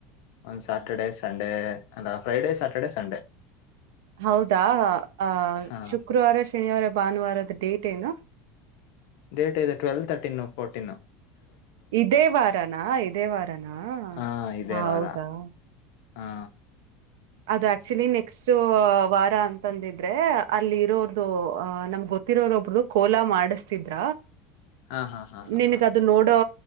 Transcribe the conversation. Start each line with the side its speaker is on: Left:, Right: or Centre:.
Left: ಒಂದ್ ಸ್ಯಾಟರ್ಡೆ ಸಂಡೇ ಅಲ್ಲ ಫ್ರೈಡೇ ಸ್ಯಾಟರ್ಡೆ ಸಂಡೇ
Right: ಹೌದಾ ಆ
Left: ಹಾ
Right: ಶುಕ್ರವಾರ ಶನಿವಾರ ಭಾನುವಾರದ ಡೇಟ್ ಏನು
Left: ಡೇಟ್ ಇದು ಟ್ವಲ್ ತರ್ ಟಿನು ರ್ಫೋರ್ಟೀನು
Right: ಇದೇ ವಾರನಾ ಇದೇ ವಾರನಾ
Left: ಹಾ ಇದೇ
Right: ಹೌದಾ
Left: ವಾರ ಹಾ
Right: ಅದು ಆಕ್ಚುಲಿ ನೆಕ್ಸ್ಟ್ ವಾರ ಅಂತಂದಿದ್ರೆ ಅಲ್ಲಿ ಇರೋರ್ದು ಅಹ ನಮ್ಗೆ ಗೊತ್ತಿರೋರೊಬ್ರದು ಕೋಲಾ ಮಾಡಸ್ತಿದ್ರ
Left: ಹಾ ಹಾ ಹಾ ಹಾ
Right: ನಿನ್ಗದು
Left: ಹಾ
Right: ನೋಡೋ